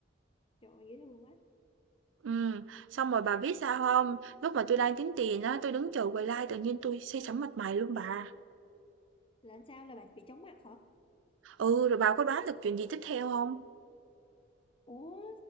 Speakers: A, on the left; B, on the right.
A: Trời ơi dễ thương quá là
B: Ừ, xong rồi bà biết sao không? Lúc mà tôi đang tính tiền á, tôi đứng chờ quầy like tự nhiên tôi say sẩm mặt mày luôn bà.
A: làm sao là bà bị chóng mặt hả
B: Ừ, rồi bà có đoán được chuyện gì tiếp theo không?
A: Ủa